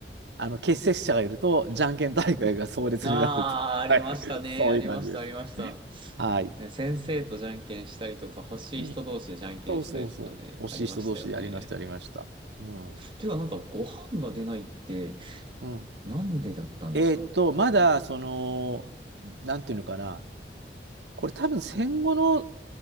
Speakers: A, on the right; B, on the right.
A: あの、欠席者がいると、じゃんけん大会が壮烈になると。
B: ああ、
A: <laughs>
B: ありましたね。
A: はい。そういう感じです。
B: ありました、ありました。
A: はい。
B: ね、先生とじゃんけんしたりとか、欲しい人同士でじゃんけんしたりとかね、
A: うん。そうそうそう。惜しい人同士でやりました、
B: ありましたよね。
A: やりました。うん。う
B: てか、なんか、ご飯が出ないって、
A: ん。
B: なんでだったんですか
A: えーっと、まだ、その、なんていうのかな。これ多分戦後の